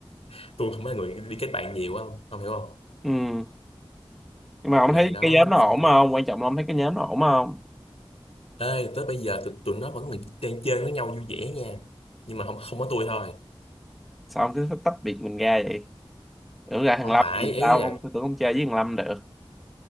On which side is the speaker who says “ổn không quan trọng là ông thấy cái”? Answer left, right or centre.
Centre